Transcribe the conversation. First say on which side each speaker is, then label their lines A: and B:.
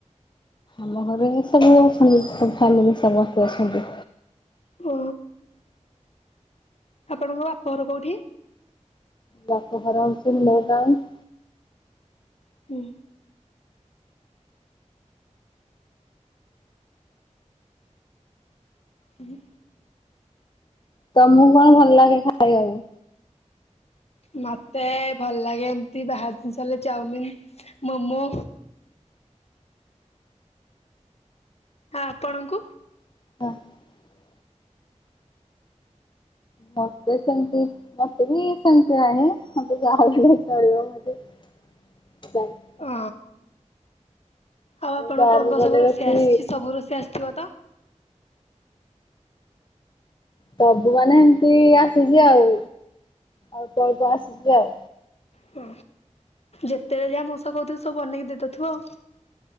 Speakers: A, on the left; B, on the left.
A: ଆମ ଘରେ ବି ସବୁ ଅଛନ୍ତି ସବୁ ଫ୍ୟାମିଲି ସମସ୍ତେ ଅଛନ୍ତି।
B: ଓ ଆପଣଙ୍କ ବାପ ଘର କୋଉଠି?
A: ବାପଘର ହୋଉଛି ନୂଆ ଟାଉନ୍।
B: ହୁଁ। ହୁଁ।
A: ତମକୁ କଣ ଭଲ ଲାଗେ ଖାଇବାକୁ?
B: ମତେ ଭଲ ଲାଗେ ଏମତି ବାହାର ଜିନଷ ହେଲେ ଚାଉମିନି। ମୋମୋ। ଆଉ ଆପଣଙ୍କୁ?
A: <unintelligible> ମତେ ସେମତି ମତେ ବି ସେମତି କିଛି ନାହିଁ ମତେ ଯାହା ହେଲେ ବି ଚଳିବ ମୁ ଏତେ ବାରେନି।
B: ହଁ ଆଉ ଆପଣ
A: ବାହାରକୁ
B: କଣ କଣ
A: ଗଲେ
B: ସବୁ ରୋଷେଇ
A: ବେଶୀ
B: ଆସିଛି ସବୁ ରୋଷେଇ ଆସିଥିବ ତ?
A: ସବୁ ମାନେ ଏମିତି ଆସିଛି ଆଉ ଅଳ୍ପ ଆସିଛି ଆଉ।
B: ହଁ ଯେତେବେଳେ ଯାହା ମଉସା କହୁଥିବେ ସବୁ ବନେଇକି ଦେଇଦଉଥିବ ଆଉ।